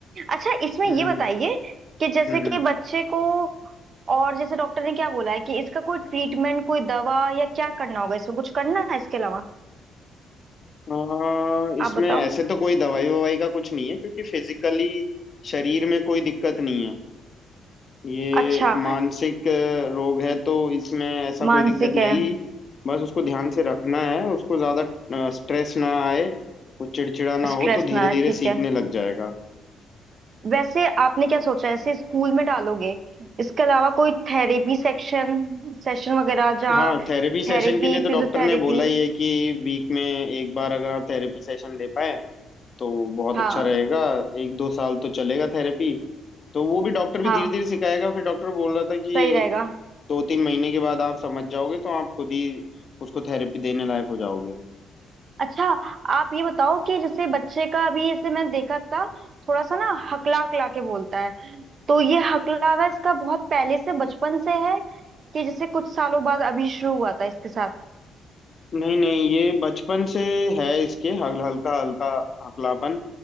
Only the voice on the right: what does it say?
अच्छा इसमें
ये बताइए कि जैसे
कि
बच्चे को और जैसे डॉक्टर ने क्या बोला है कि इसका कोई ट्रीटमेंट कोई दवा या क्या करना होगा इसमें कुछ करना है इसके अलावा
आप बताओ
अच्छा
मानसिक
है
स्ट्रेस
ना है
ठीक
है
वैसे आपने क्या सोचा है इसे स्कूल में डालोगे इसके अलावा कोई थेरेपी सेक्शन सेशन वगैरह जहाँ
Therapy
physiotherapy
हाँ
हाँ
सही रहेगा
अच्छा आप ये बताओ कि जैसे बच्चे का अभी जैसे मैंने देखा था थोड़ा सा ना हकला हकला के बोलता है तो ये हकलावा इसका बहुत पहले से बचपन से है कि जैसे कुछ सालों बाद अभी शुरू हुआ था इसके साथ